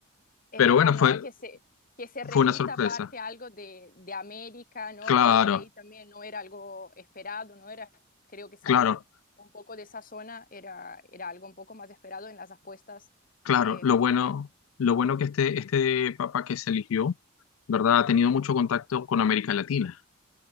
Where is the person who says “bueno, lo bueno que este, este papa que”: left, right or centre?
Left